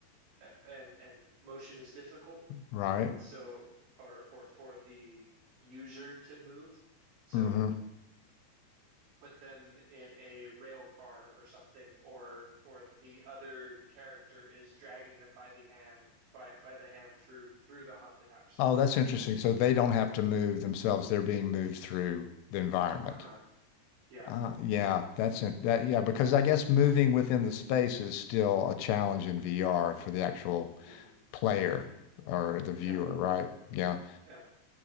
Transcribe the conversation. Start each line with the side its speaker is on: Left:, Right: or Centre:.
Right: uh, and and motion is difficult
Left: Right.
Right: So, or or for the user to move. So
Left: hmm
Right: put them in a rail car or something, or or the other character is dragging them by the hand by by the hand through through the haunted house.
Left: Oh, that's interesting. So they don't have to move themselves; they're being moved through the environment.
Right: Uh-huh. Yeah.
Left: Uh, yeah, that's it. That, yeah, because I guess moving within the space is still a challenge in VR for the actual
Right: hmm
Left: player or the viewer,
Right: Yeah.
Left: right? Yeah.
Right: Yep.